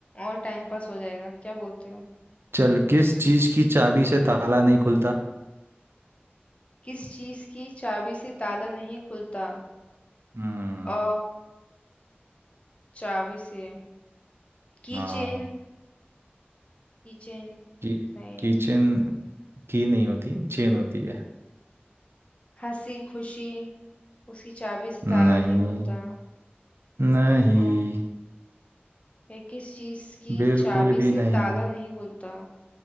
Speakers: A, on the left; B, on the right.
A: और टाइम पास हो जाएगा क्या बोलते हो
B: चल किस चीज की चाबी से ताला नहीं खुलता
A: किस चीज की चाबी से ताला नहीं खुलता
B: हम्म
A: अ चाबी से की
B: हाँ
A: चेन की चेन
B: की
A: नहीं
B: किचन की नहीं होती चेन होती है
A: हंसी खुशी उसकी चाबी से
B: नहीं
A: ताला नहीं खुलता
B: नहीं
A: आँख- ये किस चीज की
B: बिल्कुल
A: चाबी से
B: भी नहीं
A: ताला नहीं खुलता